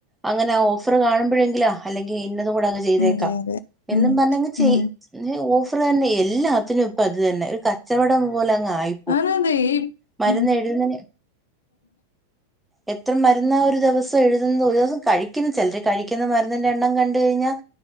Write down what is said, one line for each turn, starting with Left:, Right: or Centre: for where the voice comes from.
Centre: അങ്ങനെ ആ ഓഫർ കാണുമ്പോഴെങ്കിലാ അല്ലെങ്കി ഇന്നതും കൂടങ്ങ് ചെയ്തേക്കാം
Left: അതെ അതെ
Centre: എന്നും
Left: ഉം
Centre: പറഞ്ഞ ചെയ
Left: ഉം
Centre: ഓഫർ തന്നെ എല്ലാത്തിനും ഇപ്പ അത് തന്നെ ഒരു കച്ചവടം പോലെ അങ് ആയി
Left: ആന്ന് ആന്ന് ഈ
Centre: മരന്ന്
Left: ഉം
Centre: എഴുന്നതിന്
Left: <inaudible>
Centre: എത്ര മരുന്നാ ഒരു ദിവസം എഴുതുന്ന ഒരു ദിവസം കഴിക്കുന്ന ചിലര് കഴിക്കുന്ന മരുന്നിൻ്റെ എണ്ണം കണ്ട കഴിഞ്ഞാൽ